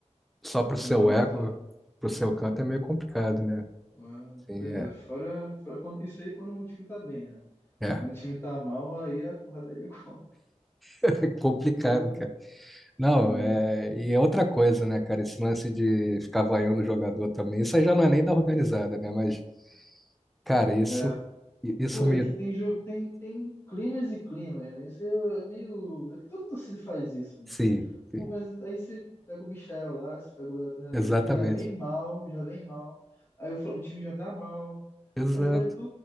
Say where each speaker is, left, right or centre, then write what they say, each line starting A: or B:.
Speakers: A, in the centre; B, on the left.
A: só pro seu
B: Não conta,
A: ego,
B: né?
A: pro seu canto é meio complicado, né?
B: Ah,
A: Assim,
B: pois
A: é.
B: é, fora, fora quando, isso aí é quando o time tá bem, né?
A: É
B: Quando o time tá mal, aí a porradaria <laughs> conta.
A: <laughs> complicado,
B: Pô,
A: cara. Não,
B: é,
A: é... e é outra coisa, né, cara? Esse lance de ficar vaiando o jogador também. Isso aí já não é nem da organizada, né? Mas, cara, isso,
B: é,
A: isso
B: pô,
A: me.
B: é que tem jogo, tem, tem climas e climas, né? Isso é meio. É que toda torcida faz isso, né?
A: Sim. sim.
B: Pô, mas aí você pega o Michel lá, você pega o Elton Araújo,
A: Exatamente.
B: que já vem mal, já vem mal. Aí o, Fla- o time já tá mal.
A: Exato.
B: Aí vai tu,